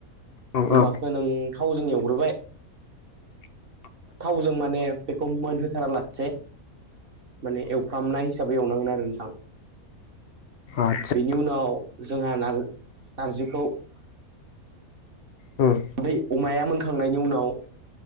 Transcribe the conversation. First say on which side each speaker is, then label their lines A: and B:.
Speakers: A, on the left; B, on the right.
A: औ
B: अमाखौ
A: औ
B: नों थावजों एवग्रोबाय थावजों माने बेखौ मोनहोथारालासे माने एवफ्रामनाय हिसाबै एवनांगोन आरो नोंथां
A: आदसा
B: बेनि उनाव जोंहा नारज नार्जिखौ
A: उम
B: दै अमाया मोनखांनायनि उनाव